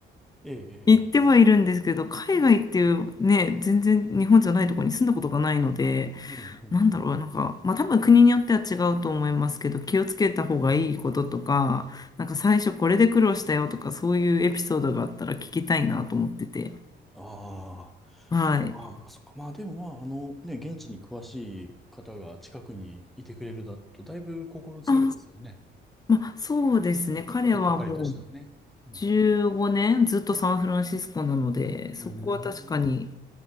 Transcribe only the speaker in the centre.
ええええええ
うん、
うん、うん、
うん。
あ
あ、ああ、そっか。まあでもまあ、あの、ね、現地に詳しい方が近くにいてくれるだと、だいぶ心強いですよね。
まあ、
と、とっかかりとしてはね。うん。
うーん。